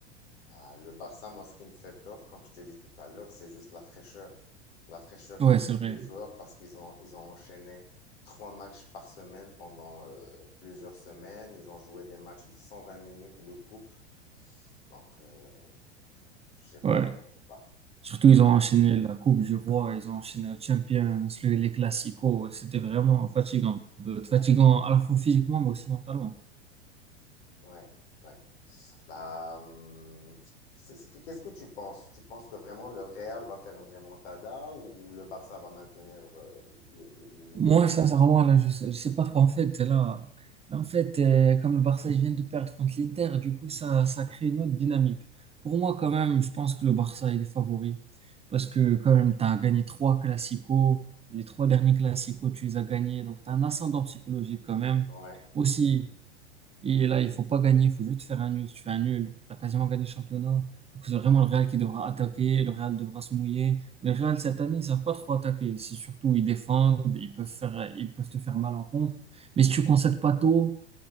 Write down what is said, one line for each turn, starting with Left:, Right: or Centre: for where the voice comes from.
Left: Ah, le Barça, moi, ce qui me fait peur, comme je t'ai dit tout à l'heure, c'est juste la fraîcheur, la fraîcheur
Right: Ouais,
Left: physique
Right: c'est vrai.
Left: des joueurs parce qu'ils ont, ils ont enchaîné trois matchs par semaine pendant euh, plusieurs semaines. Ils ont joué des matchs de 120 minutes de coupe. Donc, euh, je sais pas,
Right: Ouais.
Left: je sais pas.
Right: Surtout, ils ont enchaîné la Coupe du Roi, ils ont enchaîné la Champions, le- les Classicos. C'était vraiment fatigant. Euh, Fatigant
Left: Ouais,
Right: à la fois physiquement, mais aussi mentalement.
Left: ouais, ouais. Bah, hum, c'est- c'est- qu'est-ce que tu penses? Tu penses que vraiment le Real va faire une remontada ou le Barça va maintenir euh, le, le- le leading?
Right: Moi, sincèrement, là, je sais, je sais pas trop. En fait, là, là, en fait, euh, comme le Barça il vient de perdre contre l'Inter, du coup, ça, ça crée une autre dynamique. Pour moi, quand même, je pense que le Barça, il est favori. Parce que, quand même, tu as gagné trois classicos. Les trois derniers classicos, tu les as gagnés. Donc, tu as un ascendant psychologique, quand même.
Left: Ouais,
Right: Aussi, et là, il faut pas gagner, il faut juste faire un nul. Si tu fais un nul, tu as quasiment gagné le championnat. Du coup, c'est vraiment le Real qui devra attaquer, le Real devra se mouiller. Mais le Real, cette année, ils savent pas trop attaquer. C'est surtout, ils défendent, ils peuvent faire, ils peuvent te faire mal en contre. Mais si tu concèdes pas tôt